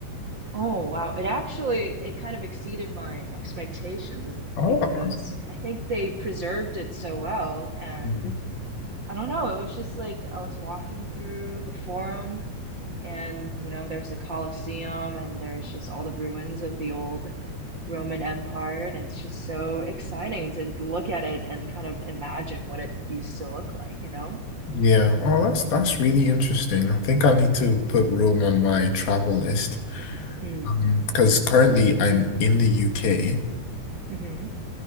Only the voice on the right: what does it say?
Oh wow. It actually it kind of exceeded my expectations
because
I think they preserved it so well and
I don't know, it was just like I was walking through the forum and you know there's the Colosseum and there's just all the ruins of the old Roman Empire and it's just so exciting to look at it and kind of imagine what it used to look like, you know?
Mm,
mm-hmm,